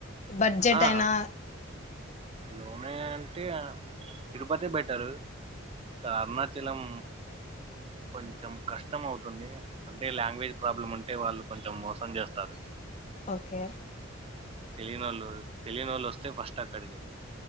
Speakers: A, on the left (about 35°); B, on the right (about 30°).
A: బడ్జెట్
B: ఆ
A: అయినా
B: లోనెఅంటే ఆ తిరుపతి బెట్టరు అరుణాచలం కొంచెం కష్టం అవుతుంది అంటే లాంగ్వేజ్ ప్రాబ్లం అంటే వాళ్ళు కొంచెం మోసం చేస్తారు
A: ఓకే
B: తెలియని వాళ్ళు తెలియని వాళ్ళు వస్తే ఫస్ట్ అక్కడికి